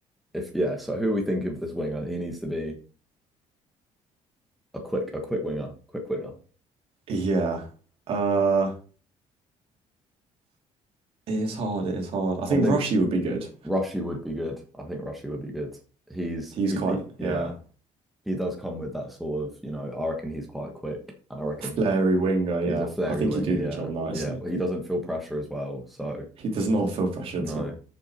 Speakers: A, in the centre; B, on the right.
A: if yeah? So who are we thinking for this winger? He needs to be a quick, a quick winger, quick winger.
B: Yeah. Uh, it is hard. It is hard. I think
A: I'm thinking
B: Rushy would be good.
A: Rushy would be good. I think Rushy would be good. He's
B: He's
A: he,
B: quite,
A: he yeah.
B: yeah,
A: he does come with that sort of, you know, I reckon he's quite quick and I reckon
B: a flary winger. Yeah,
A: he, he's a flary
B: I think
A: winger.
B: he'd do
A: Yeah.
B: the job nicely.
A: Yeah. He doesn't feel pressure as well. So
B: He does not feel pressure
A: no,
B: at all.